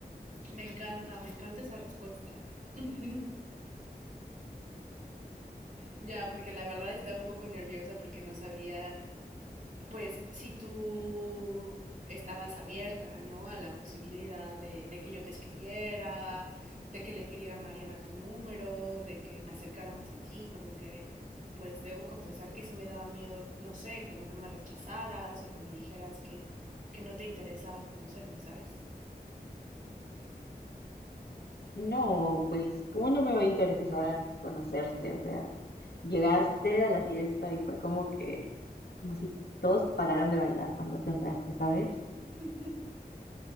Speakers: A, on the right; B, on the left.
A: Me encanta, me encanta esa respuesta. <laughs> Ya, porque la verdad estaba un poco nerviosa porque no sabía pues si tú estabas abierta, ¿no? A la posibilidad de, de que yo te escribiera, de que le pidiera a Mariana tu número, de que me acercara más a ti, como que, pues debo confesar que sí me daba miedo, no sé, como que me rechazaras o que me dijeras que, que no te interesaba conocerme, ¿sabes?
B: No, pues, ¿cómo no me va a interesar conocerte? O sea, llegaste a la fiesta y fue como que, como si todos pararan de bailar cuando te entraste, ¿sabes?
A: <laughs>